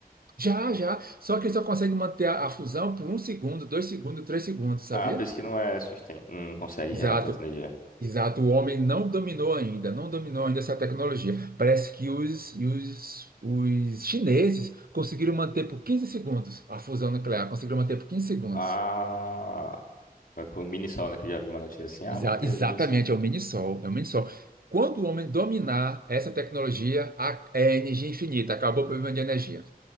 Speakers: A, on the right (about 70°); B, on the left (about 65°).
A: Já, já. Só que ele só consegue manter a, a fusão por um segundo, dois segundos, três segundos, sabia?
B: Ah, por isso que não é sustain. Não consegue
A: Exato.
B: gerar tanta energia.
A: Exato. O homem não dominou ainda, não dominou ainda essa tecnologia. Parece que os, os, os chineses conseguiram manter por 15 segundos a fusão nuclear, conseguiram manter por 15 segundos.
B: Ah, é com o mini sol, né? Que eu já vi uma notícia assim. Ah,
A: Exa-
B: manteve
A: exatamente,
B: o de mini sol.
A: é o mini-sol, é o mini-sol. Quando o homem dominar essa tecnologia, a- é energia infinita, acabou o problema de energia.